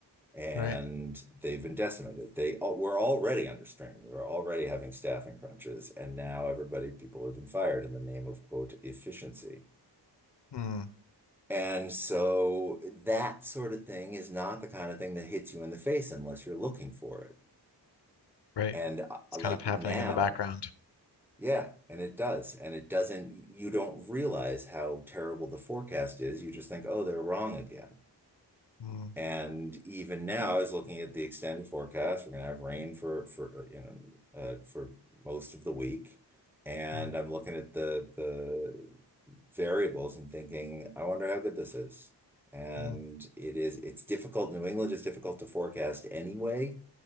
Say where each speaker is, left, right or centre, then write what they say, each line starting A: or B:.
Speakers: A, in the centre; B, on the left (about 70°).
A: And
B: Right.
A: they've been decimated. They all, were already under strain. They were already having staffing crunches, and now everybody, people have been fired in the name of quote efficiency.
B: Mm,
A: And so that sort of thing is not the kind of thing that hits you in the face unless you're looking for it.
B: right.
A: And uh,
B: It's
A: uh,
B: kind
A: like
B: of happening
A: now,
B: in the background.
A: yeah, and it does. And it doesn't, you don't realize how terrible the forecast is. You just think, oh, they're wrong again.
B: Mm,
A: And even now, I was looking at the extended forecast. We're gonna have rain for for uh, you know uh, for most of the week, and
B: mm,
A: I'm looking at the the variables and thinking, I wonder how good this is. And
B: mm.
A: it is it's difficult. New England is difficult to forecast anyway,